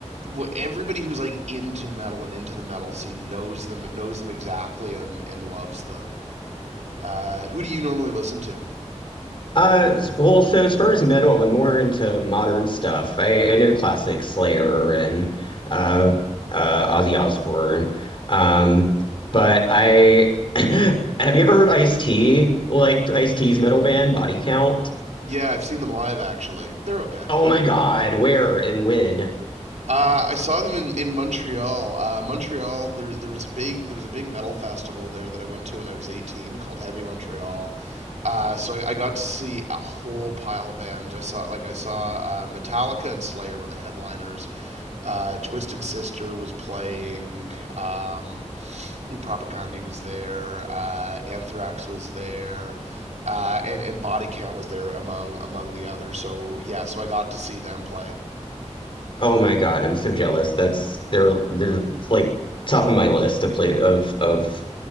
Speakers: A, on the right (about 75°); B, on the left (about 45°).
A: wh- everybody who's like into metal and into the metal scene knows them knows them exactly and and loves them. Uh, who do you normally listen to?
B: Uh, s- well, so as far as metal, I'm more into modern stuff. I, I know classic Slayer and uh, uh, Ozzy Osbourne. Um, but I <clears throat> <laughs> have you ever heard Ice-T? Like Ice-T's metal band, Body Count?
A: Yeah, I've seen them live actually. They're okay.
B: Oh my God, where and when?
A: Uh, I saw them in, in Montreal. Uh, Montreal, there there was a big there was a big metal festival there that I went to when I was 18 called Heavy Montreal. Uh, so I, I got to see a whole pile of bands. I saw like I saw uh, Metallica and Slayer were the headliners. Uh, Twisted Sister was playing. Um, Propaganda was there. Uh, Anthrax was there. Uh, and and Body Count was there among among the others. So yeah, so I got to see them play.
B: Oh my God, I'm so jealous. That's
A: <laughs>
B: they're they're it's like top of my list to play of of